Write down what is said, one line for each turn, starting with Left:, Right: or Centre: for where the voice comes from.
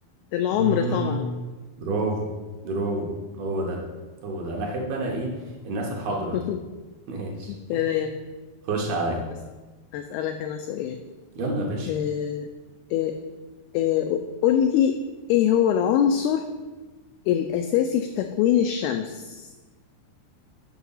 Left: العمر
Right: مم.
Left: طبعا
Right: برافو برافو هو ده هو ده أنا أحب أنا إيه الناس الحاضرة
Left: <laughs>
Right: دي <laughs> ماشي
Left: تمام
Right: خش عليا
Left: أس- أسألك أنا سؤال
Right: يلا يا باشا
Left: آه آه آه قول لي ايه هو العنصر الأساسي في تكوين الشمس